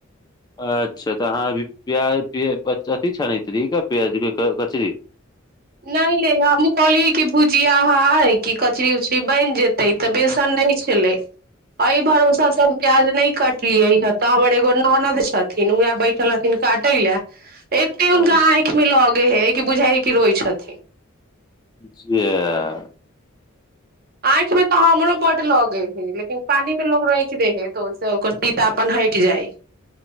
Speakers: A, on the left; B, on the right.
A: अच्छा तऽ अहाँभी प्याज अथि छ ने इ प्याज कचरी
B: नहि य हमहूँ कहलियै कि भुजियाइ कि कचरी उचरी बनि जेतै तऽ बेसन नहि छलै एहि भरोसा सभ प्याज नहि कटलियै हे तऽ हमर एगो ननद छथिन उएह बैठल हथिन काटय लए एते हुनका
A: अच्छा
B: आँखि में लगे है बुझाइ कि रो अच्छ थ
A: जेिय
B: आँखिमे तऽ हमरो बड लगै हय लेकिन पानिमे लोक राखि दे है तऽ ओहिसँ ओकर तीता अपन हटि जाय